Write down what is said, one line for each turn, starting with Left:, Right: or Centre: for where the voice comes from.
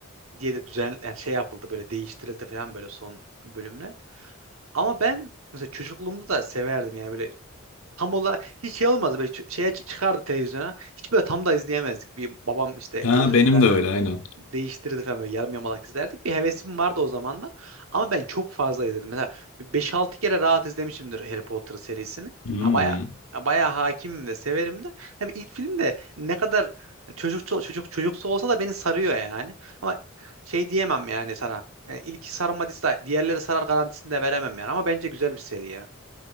Right: diye de düzen yani şey yapıldı böyle değiştirildi falan böyle son bölümler. Ama ben mesela çocukluğumda da severdim yani böyle tam olarak hiç şey olmazdı böyle ç- şeye ç- çıkardı televizyona. Hiç böyle tam da izleyemezdik. Bir babam işte
Left: Ha,
Right: gelirdi
Left: benim
Right: falan
Left: de öyle aynen.
Right: değiştirirdi falan böyle yarım yamalak izlerdik. Bir hevesim vardı o zamanlar. Ama ben çok fazla izledim. Mesela bir 5-6 kere rahat izlemişimdir Harry Potter serisini.
Left: Hmm.
Right: Ha, Baya baya hakimim de severim de. Ha, bir ilk film de ne kadar çocukça çocuk çocuksu olsa da beni sarıyor yani. Ama şey diyemem yani sana. Yani ilki sarmadıysa diğerleri sarar garantisini de veremem yani. Ama bence güzel bir seri ya.